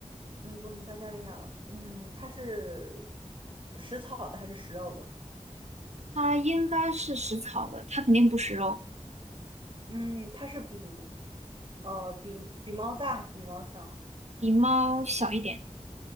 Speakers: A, on the right; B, on the right.
A: 嗯不能在家里养，嗯，它是食草的还是食肉的？
B: 它应该是食草的，它肯定不食肉，
A: 嗯，它是比呃比比猫大还是比猫小？
B: 比猫小一点。